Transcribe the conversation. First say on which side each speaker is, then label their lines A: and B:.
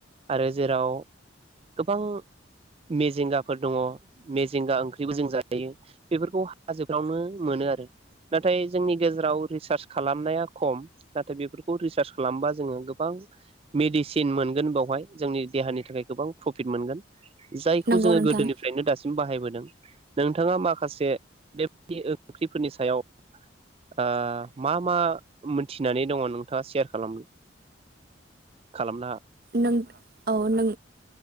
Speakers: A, on the right; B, on the right.
A: आरो जेराव गोबां मेजेंगाफोर दङ मेजेंगा ओंख्रिबो जों जायो बेफोरखौ हाजोफ्रावनो मोनो आरो। नाथाय जोंनि गेजेराव रिसार्च खालामनाया खम नाथाय बेफोरखौ रिसार्च खालामबा जोङो गोबां मेडिसिन मोनगोन बोवहाय जोंनि देहानि थाखाय गोबां प्रफिट मोनगोन जायखौ
B: नंगौ
A: जोङो
B: नोंथां
A: गोदोनिफ्रायनो दासिम बाहायबोदों। नोंथाङा माखासे बेबायदि ओंख्रिफोरनि सायाव। आ मा मा मोनथिनानै दङ नोंथाङा सेयार खालाम- खालामना।
B: नों औ नों